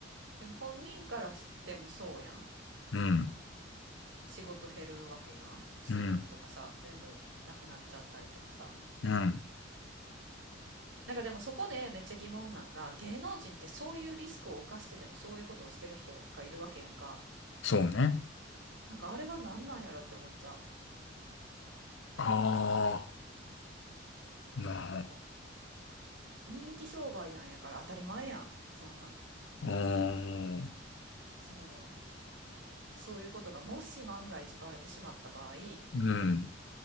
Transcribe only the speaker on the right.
でも本人からしてもそうやん。
仕事減るわけやん。CM
とかさ、全部なくなっちゃったりとかさ。
なんかでもそこでめっちゃ疑問なんが、芸能人ってそういうリスクを冒してでもそういうことをしてる人がいるわけやんか。
なんかあれは何なんやろって思っちゃ
う。なんか人気商売なんやから当たり前やん。そんな。
その、そういうことがもし万が一バレてしまった場合、